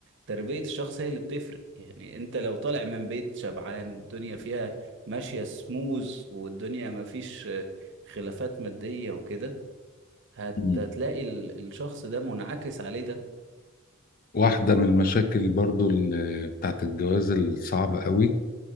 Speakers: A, on the right (about 60°); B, on the left (about 45°).
A: تربية الشخص هي اللي بتفرق يعني انت لو طالع من بيت شبعان والدنيا فيها ماشية سموز والدنيا ما فيش خلافات مادية وكده هت-
B: امم
A: هتلاقي ال- الشخص ده منعكس عليه ده
B: واحده من المشاكل برضو ال- بتاعت الجواز الصعبه قوي